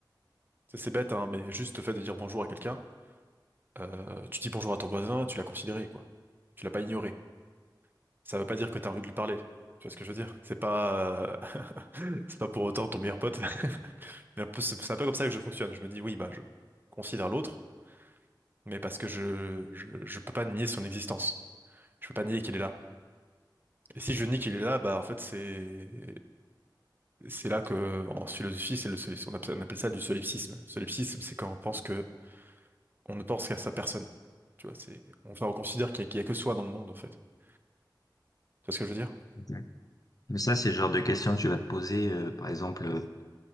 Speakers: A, on the right; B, on the left.
A: C'est c'est bête, hein, mais juste le fait de dire bonjour à quelqu'un, euh, tu dis bonjour à ton voisin, tu l'as considéré, quoi. Tu l'as pas ignoré. Ça veut pas dire que t'as envie de lui parler. Tu vois ce que je veux dire? C'est pas, euh, <laughs> c'est pas pour autant ton meilleur pote. <laughs> Mais un peu- C'est c'est un peu comme ça que je fonctionne. Je me dis oui, bah je considère l'autre, mais parce que je, je je peux pas nier son existence. Je peux pas nier qu'il est là. Et si je nie qu'il est là, bah en fait c'est C'est là que, en philosophie, c'est le solipsisme. On appelle, on appelle ça du solipsisme. Solipsisme, c'est quand on pense que, on ne pense qu'à sa personne. Tu vois, c'est, on, enfin, on considère qu'il n'y a, qu'il y a que soi dans le monde, en fait. Tu vois ce que je veux dire?
B: Exact. Mais ça, c'est le genre de questions que tu vas te poser, euh, par exemple, euh,